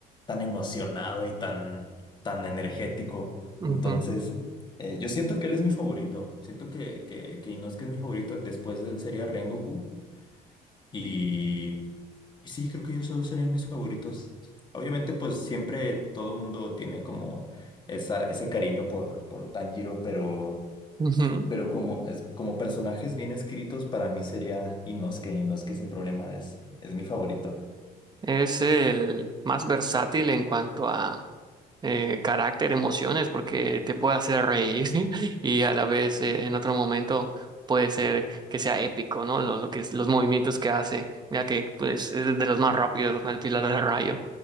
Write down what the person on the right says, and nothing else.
Ujú,
ujú, ujú.
Es el más versátil en cuanto a eh, carácter, emociones, porque te puede hacer reír <laughs> y a la vez eh, en otro momento puede ser que sea épico, ¿no? Lo, lo que es- los movimientos que hace, mira que pues es de los más rápidos, ¿no? El Pilar del Rayo.